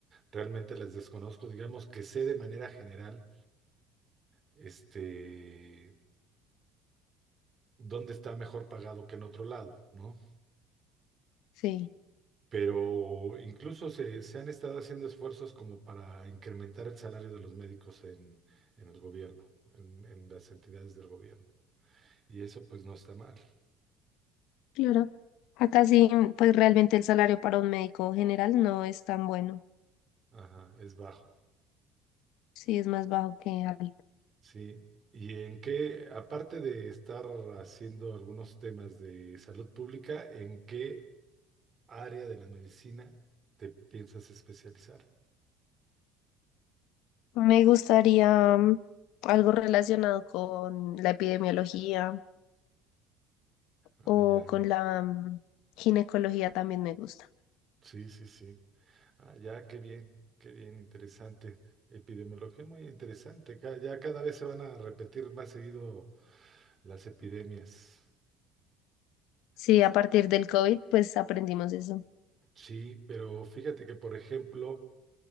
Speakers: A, on the right; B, on the left.
A: realmente las desconozco. Digamos que sé de manera general este, dónde está mejor pagado que en otro lado, ¿no?
B: Sí.
A: Pero incluso se, se han estado haciendo esfuerzos como para incrementar el salario de los médicos en, en el gobierno, en, en las entidades del gobierno. Y eso pues no está mal.
B: Claro. Acá sí, pues realmente el salario para un médico general no es tan bueno.
A: Ajá, es bajo.
B: Sí, es más bajo que algo.
A: Sí. ¿Y en qué, aparte de estar haciendo algunos temas de salud pública, en qué área de la medicina te piensas especializar?
B: Me gustaría mm, algo relacionado con la epidemiología
A: Ah,
B: o
A: ya.
B: con la mm, ginecología también me gusta.
A: Sí, sí, sí. Ah, ya, qué bien, qué bien, interesante. Epidemiología muy interesante. Ca- Ya cada vez se van a repetir más seguido las epidemias.
B: Sí,
A: Es-
B: a partir del COVID, pues aprendimos eso.
A: sí, pero fíjate que, por ejemplo,